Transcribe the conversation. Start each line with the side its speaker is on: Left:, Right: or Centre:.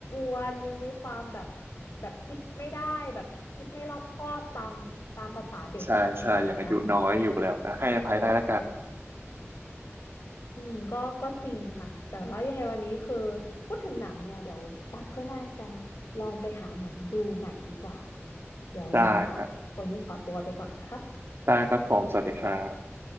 Left: วนๆยังมีความแบบแบบคิดไม่ได้แบบคิดไม่รอบคอบตามตามภาษาเด็กแบบเนี้ยค่ะ
Right: ใช่ใช่อย่างอายุน้อยอยู่แล้วให้อภัยได้แล้วกัน
Left: อืมก็ก็จริงค่ะแต่ว่ายังไงวันนี้คือพูดถึงหนังเนี่ยเดี๋ยวตั๊กก็น่าจะลองไปหาหนังดูใหม่ดีกว่าเดี๋ยวยังไงตั๊กคนนี้ขอตัวไปก่อนนะคะ
Right: ได้ครับได้ครับผมสวัสดีครับ